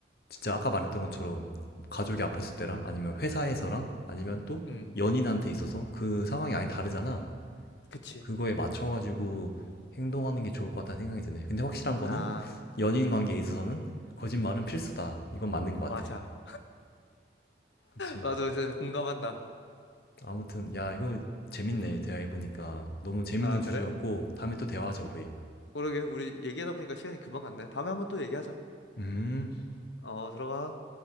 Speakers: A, on the left (about 55°); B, on the left (about 80°).
A: 진짜 아까 말했던 것처럼 가족이 아팠을 때랑 아니면 회사에서랑 아니면 또
B: 음,
A: 연인한테 있어서 그 상황이 아예 다르잖아.
B: 그치.
A: 그거에 맞춰가지고 행동하는 게 좋을 것 같다는 생각이 드네. 근데 확실한 거는
B: 아,
A: 연인
B: 음,
A: 관계에 있어서는 거짓말은 필수다. 이건 맞는 것
B: 맞아.
A: 같아. 그치.
B: <laughs> 나도 그래서 공감한다.
A: 아무튼, 야, 이거 재밌네.
B: 음,
A: 대화해보니까. 너무 재밌는
B: 아, 그래?
A: 주제였고, 다음에 또 대화하자, 우리.
B: 모르게, 우리 얘기하다 보니까 시간이 금방 갔네. 다음에 한번 또 얘기하자.
A: 음.
B: 어, 들어가.